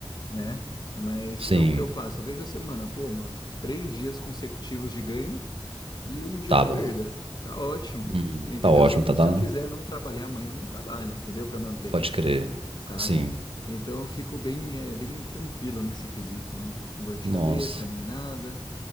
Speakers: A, on the left (about 45°); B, on the right (about 75°).
A: né? Mas
B: Sim,
A: é o que eu faço. Eu vejo a semana, pô, mano, três dias consecutivos de ganho e um dia
B: tá
A: de
B: bom.
A: perda. Tá ótimo,
B: Hum,
A: entendeu?
B: tá ótimo,
A: Se eu,
B: tá, tá...
A: se eu quiser não trabalhar amanhã, eu não trabalho, entendeu? Pra manter.
B: Pode crer.
A: sabe?
B: Sim.
A: Então eu fico bem, eh, bem tranquilo nesse quesito, não fico com dor de
B: Nossa.
A: cabeça nem nada,